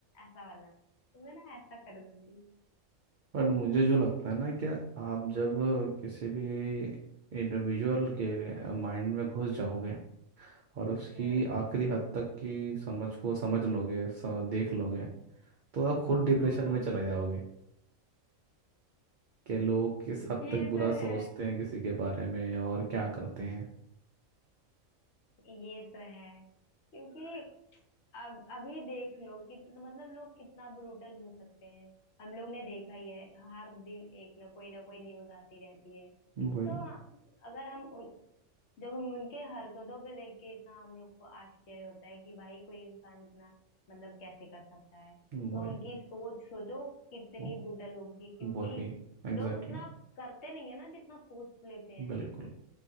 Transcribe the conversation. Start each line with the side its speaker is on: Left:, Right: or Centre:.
Left: ऐसा वाला तो मैं ना ऐसा कर देती
Right: पर मुझे जो लगता है ना क्या आप जब किसी भी इंडिविजुअल के माइंड में घुस जाओगे और उसकी
Left: हम्म
Right: आखिरी हद तक की समझ को समझ लोगे स- देख लोगे तो आप खुद डिप्रेशन
Left: हाँ
Right: में चले जाओगे कि लोग किस हद
Left: ये
Right: तक बुरा
Left: तो है
Right: सोचते हैं किसी के बारे में और क्या करते हैं
Left: ये तो है क्योंकि अब अभी देख लो कितना मतलब लोग कितना ब्रूटल हो सकते हैं हम लोग ने देखा ही है हर दिन एक ना कोई ना कोई न्यूज आती रहती है तो
Right: वही
Left: हाँ, अगर हम उन- जब हम उनके हरकतों पे देख के इतना हम लोग को आश्चर्य होता है कि भाई कोई इंसान इतना मतलब कैसे कर सकता है
Right: वही
Left: तो उनकी सोच सोचो कितनी
Right: वो-
Left: ब्रूटल होगी क्योंकि
Right: वही एग्जैक्टली
Left: लोग उतना
Right: exactly,
Left: करते नहीं है ना जितना सोच लेते हैं
Right: बिल्कुल